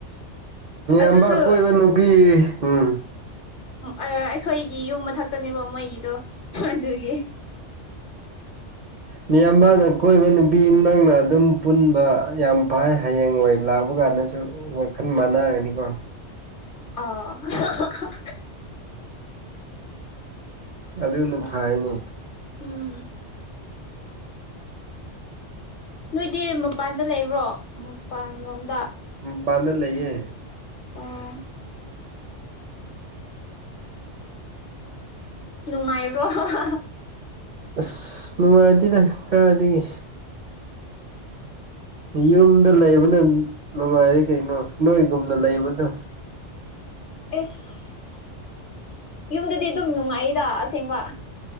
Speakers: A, on the left; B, on the right.
A: ꯑꯗꯨꯁꯨ
B: ꯏꯝꯕ ꯀꯣꯏꯕ ꯅꯨꯄꯤ ꯎꯝ
A: ꯑꯩꯈꯣꯏꯒꯤ ꯌꯨꯝ ꯃꯊꯛꯇꯅꯦꯕ ꯃꯣꯏꯒꯤꯗꯣ ꯑꯗꯨꯒꯤ
B: ꯃꯤꯌꯥꯝꯕꯥꯅ ꯀꯣꯏꯕ ꯅꯨꯄꯤ ꯅꯪꯅ ꯑꯗꯨꯝ ꯄꯨꯟꯕ ꯌꯥꯝ ꯐꯩ ꯍꯌꯦꯡ ꯑꯣꯏ ꯂꯥꯛꯕ ꯀꯥꯔꯦ ꯁꯨ ꯋꯥꯈꯜ ꯃꯥꯟꯅꯒꯅꯤꯀꯣ
A: ꯑ ꯍꯍꯍ
B: ꯑꯗꯨꯅ ꯐꯥꯏꯅꯦ
A: ꯎꯝ ꯅꯣꯏꯗꯤ ꯃꯄꯥꯟꯗ ꯂꯩꯕ꯭ꯔꯣ ꯃꯄꯥꯟꯂꯣꯝꯗ
B: ꯃꯄꯥꯟꯅ ꯂꯩꯌꯦ
A: ꯑꯣ ꯅꯨꯡꯉꯥꯏꯕ꯭ꯔꯣ ꯍꯥꯍꯥꯍꯥ
B: ꯑꯁ ꯅꯨꯡꯉꯥꯏꯇꯦꯗ ꯀꯥꯏꯗꯒꯤ ꯌꯨꯝꯗ ꯂꯩꯕꯅ ꯅꯨꯡꯉꯥꯏꯔꯦ ꯀꯩꯅꯣ ꯅꯣꯏꯒꯨꯝꯅ ꯂꯩꯕꯗ
A: ꯑꯦꯁ ꯌꯨꯝꯗꯗꯤ ꯑꯗꯨꯝ ꯅꯨꯡꯉꯥꯏꯗ ꯑꯁꯦꯡꯕ